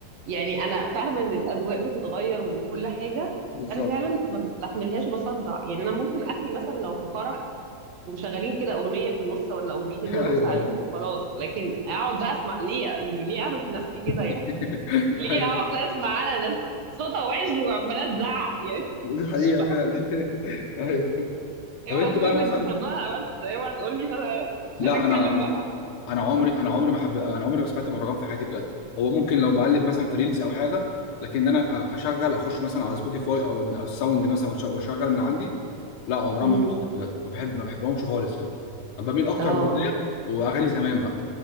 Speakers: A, on the right; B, on the left.
A: يعني انا فاهمه ان الاذواق بتتغير وكل حاجه
B: بالظبط
A: بس انا فعلا ما بستحملهاش بصدع يعني انا ممكن اخلي مثلا لو في فرح ومشغلين كده اغنيه في النص ولا اغنيتين
B: <laughs>
A: نرقص
B: ايوه
A: عليهم
B: ايوه
A: وخلاص لكن اقعد بقى اسمع ليه يعني ليه اعمل في نفسي كده يعني
B: <laughs>
A: <laughs> ليه
B: ايوه
A: اقعد اسمع على ناس صوتها وحش وعماله تزعق يعني
B: دي
A: <laughs>
B: حقيقه
A: مش فاهمه
B: فعلا <laughs> ايوه
A: اوعى
B: طب انت
A: تقولي
B: بقى
A: انك
B: مثلا
A: بتحبها بس اوعى تقولي إن انا
B: لا
A: عشان اتكلم
B: انا
A: بقى
B: انا عمري انا عمري ما حب... انا عمري ما سمعت مهرجان في حياتي بجد هو ممكن لو بقلب مثلا في ريلز او حاجه لكن انا أ- اشغل اخش مثلا على سبوتيفاي او إن- أو الساوند مثلا وأش- واشغل من عندي لا عمرها
A: امم
B: ما حصلت بجد ما بحب ما بحبهمش خالص يعني انا بميل اكتر
A: اه
B: للراب واغاني زمان بقى